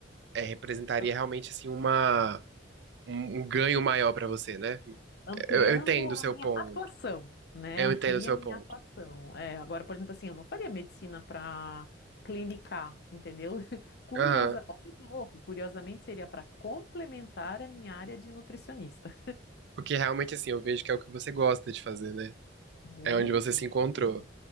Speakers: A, on the right (about 60°); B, on the left (about 55°).
A: é, representaria
B: a-
A: realmente, assim, uma, um, um ganho maior para você, né?
B: ampliando
A: Eu, eu entendo
B: a
A: o seu
B: minha
A: ponto.
B: atuação, né?
A: Eu
B: Amplia
A: entendo o seu
B: a minha
A: ponto.
B: atuação. É, agora, por exemplo, assim, eu não faria medicina para clinicar, entendeu? <laughs> Curiosa,
A: Aham.
B: olha que louco, curiosamente seria para complementar a minha área de nutricionista.
A: Porque realmente, assim, eu vejo que é o que você gosta de fazer, né?
B: Muito,
A: É onde você se
B: <laughs>
A: encontrou.
B: nossa.